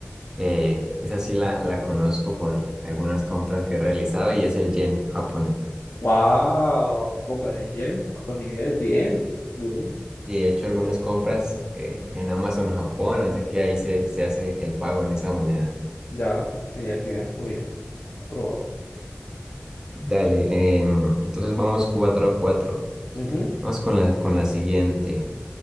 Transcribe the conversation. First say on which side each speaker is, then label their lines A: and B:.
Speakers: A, on the right; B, on the left.
A: eh, esa sí la, la conozco por algunas compras que he realizado y es el yen japonés.
B: ¡Wow! Compras en yen, otro nivel. Bien, bien.
A: Y he hecho algunas compras eh, en Amazon Japón, así que ahí se, se hace el pago en esa moneda.
B: Ya, genial, genial. Muy bien, aprobado.
A: Dale, em, entonces vamos 4 a 4.
B: Ujú.
A: Vamos con la, con la siguiente.